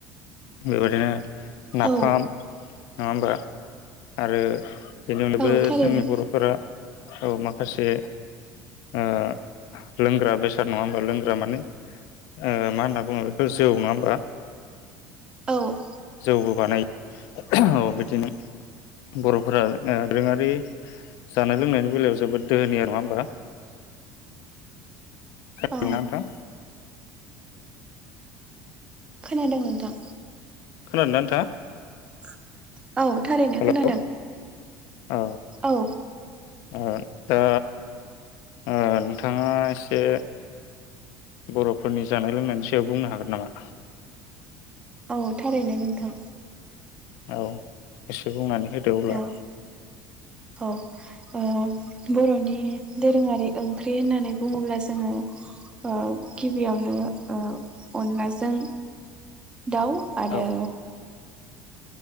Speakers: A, on the left; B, on the right.
A: बेबायदिनो नाफाम
B: औ
A: नङा होमबा आरो बेनि अनगायबो
B: औ थारैनो
A: जोंनि बरफोरा औ मा खासे ओ लोंग्रा बेसाद नङा होमबा लोंग्रा माने ओ मा होनना बुङो बेखौ जौ नङा होमबा
B: औ
A: जौबो बानायो औ बिदिनो बरफोरा ओ दोङारि जानाय लोंनायनि बेलायाव जोबोद दोहोनि आरो नङा होमबा <unintelligible>
B: औ
A: नोंथां
B: खोनादों नोंथां
A: खोनादोंना नोंथाङा
B: <inaudible> औ थारैनो
A: हेल'
B: खोनादों
A: औ
B: औ
A: ओ दा ओ नोंथाङा एसे बरफोरनि जानाय लोंनायनि सायाव बुंनो हागोन नामा
B: औ थारैनो नोंथां
A: औ एसे बुंनानै होदो अब्ला
B: औ औ ओ बरनि दो रोङारि ओंख्रि होननानै बुङोब्ला जोङो ओ गिबियावनो ओ अनलाजों दाउ आरो
A: औ